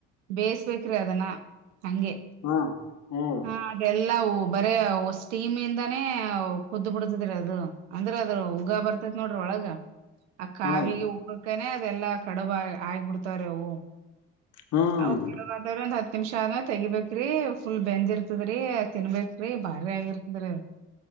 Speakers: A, on the right; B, on the left.
A: ಬೇ ಅ ಹಗೆ
B: ಹ್ಮ್ ಹಾನ್ರಿ ಹಾನ್ರಿ ಹಾನ್ರಿ ಹಾನ್ ಹ್ಮ್
A: ಹ ಎಲ್ಲ ಬರೇ ಸ್ಟೀಮ್ ಇಂದಾನೇ ಕುದ್ದು ಬಿಡ್ತಿದ್ರ ಅದು ಅಂದ್ರ ಅದ್ರ ಉಗ ಬರ್ತೇತ್ ನೋಡ್ರಿ ಒಳಗ ಆ ಕಾವಿಗೆ
B: ಹ್ಮ್
A: ಉಗ ಅ ಅದೆಲ್ಲಾ ಕಡುಬ ಆಗಬಿಡ್ತಾರೆ ಅವು
B: ಹ್ಮ್.
A: ಅವು ಕಡುಬ ಆದ ಹ ನಿಮಿಷ ಆದ್ಮ ತೆಬೇರಿ ಫುಲ್ ಬೆಂದ್ ಇರ್ತದ್ರರಿ ತಿನ್ಬೇಕೇ್ರಿ ಬಾರಿ ಆಗಿರ್ತದ್ರಿ ಹ